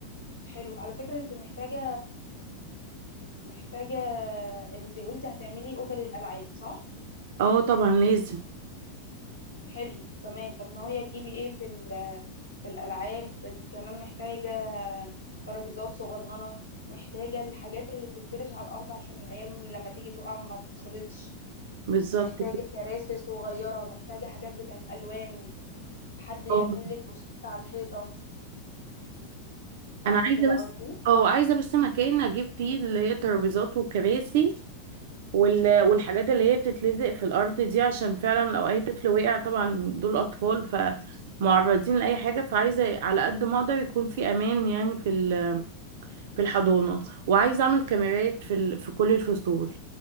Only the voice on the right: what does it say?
اه طبعا لازم
بالظبط
كده
اه
انا عايزه
بس
اه عايزه بس مكان اجيب فيه اللي هي ترابيزات وكراسي وال... والحاجات اللي هي بتتلزق في الأرض دي عشان فعلا لو أي طفل وقع طبعا دول أطفال فمعرضين لأي حاجة فعايزة على قد ما أقدر يكون في أمان يعني في ال... في الحضانة وعايزة أعمل كاميرات في ال... في كل الفصول